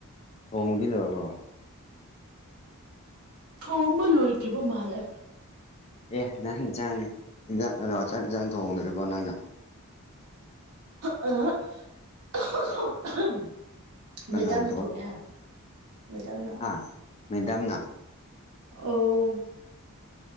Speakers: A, on the left; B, on the right.
A: ꯊꯣꯡꯗꯤ ꯂꯣꯏꯔꯕꯣ
B: ꯊꯣꯡꯕ ꯂꯣꯏꯗ꯭ꯔꯤꯕ ꯃꯥꯜꯂꯦ
A: ꯑꯦ ꯅꯪ ꯏꯟꯁꯥꯡ ꯏꯟꯖꯥꯡ ꯑꯗ ꯆꯥꯛ ꯌꯦꯟꯁꯥꯡ ꯊꯣꯡꯍꯣꯡꯅꯣꯔꯤꯕꯣ ꯅꯪꯅ
B: ꯑ <unintelligible>
A: ꯀꯅꯥꯅ
B: ꯃꯦꯗꯥꯝꯅ ꯊꯣꯡꯉꯦ ꯃꯦꯗꯥꯝꯅ
A: ꯑꯥ ꯃꯗꯥꯝꯅ
B: ꯑꯣ